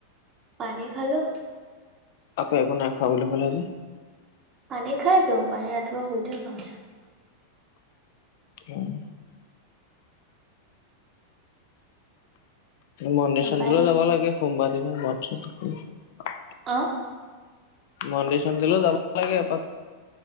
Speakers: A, on the right (about 25°); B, on the left (about 50°).
A: পানী খালো।
B: আকৌ একো নাই খোৱা বুলি ক'লে যে
A: পানী খাইছো পানী ৰাতিপুৱা শুই উঠি খাওঁ।
B: উম। মন্দিৰ
A: নাপায়
B: চন্দিৰো
A: নি
B: যাব লাগে সোমবাৰ দিনা ব্ৰত ৰাখিব লাগে।
A: অ',
B: মন্দিৰ চন্দিৰলৌ যাব লাগে এপাক।